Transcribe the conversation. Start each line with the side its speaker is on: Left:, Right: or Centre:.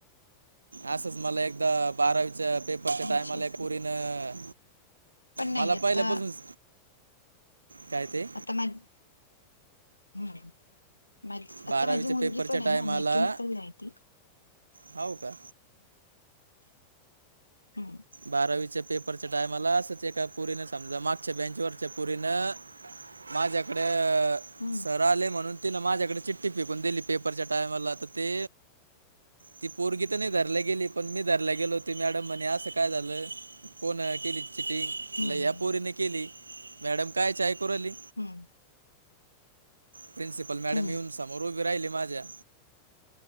Right: असंच मला एकदा बारावीच्या पेपरच्या
Left: विषयच
Right: टाइमाला एक पोरीनं.
Left: नाही पण नाही
Right: मला पाहिल्यापासूनच
Left: आता
Right: काय ते?
Left: आता माझी हमं. <unintelligible> आता
Right: बारावीच्या
Left: माझी मुलगी
Right: पेपरच्या
Left: पण आहे
Right: टायमाला
Left: ना मेकॅनिकलला आहे ती.
Right: हो का
Left: हम्म.
Right: बारावीच्या पेपरच्या टायमाला असंच, एका पोरीने समजा मागच्या बेंचवरच्या पोरीनं माझ्याकडे
Left: हम्म
Right: सर आले म्हणून तिनं माझ्याकडे चिठ्ठी फेकून दिली पेपरच्या टायमाला तर ते ती पोरगी तर नाही धरल्या गेली पण, मी धरला गेलों ती मॅडम म्हणे अस काय झालं, कोनं केलीती चिट्टी
Left: हम्म
Right: लय याप. पोरीने केली मॅडम काय ची ऐकू राहिली.
Left: हम्म
Right: प्रिन्सिपल मॅडम
Left: हम्म
Right: येऊन समोर उभी राहिली माझ्या.